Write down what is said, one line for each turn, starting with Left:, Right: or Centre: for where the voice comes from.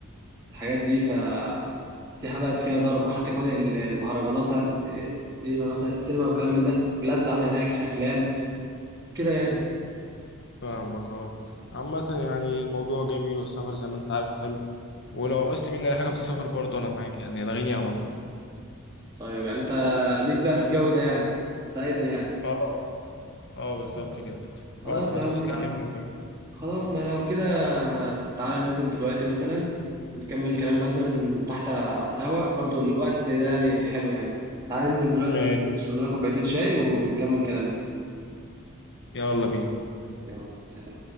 Right: الحاجات دي فالسياحة بقت فيها ضرب حتى كمان ال- المهرجانات بتاعت الس- السينما مثلا السينما والكلام من ده كلها بتتعمل هناك الأفلام كده يعني
Left: فاهمك اه عامة يعني الموضوع جميل والسفر زي ما أنت عارف حلو ولو عوزت مني أي حاجة في السفر برضه أنا معاك يعني لغيني على طول
Right: طيب يعني أنت ليك بقى في الجو ده يعني ساعدني يعني
Left: اه اه بالظبط كده
Right: خلاص
Left: وقت ما
Right: يا
Left: تعوز
Right: عم
Left: كلمني
Right: خلاص ما لو كده تعالى ننزل دلوقتي مثلا نكمل كلامنا مثلا تحت على القهوة برضو الوقت زي ده يعني حلو يعني تعالى ننزل دلوقتي
Left: ماشي
Right: نشرب لنا كوبايتين شاي ونكمل كلامنا
Left: يلا بينا
Right: يلا سلام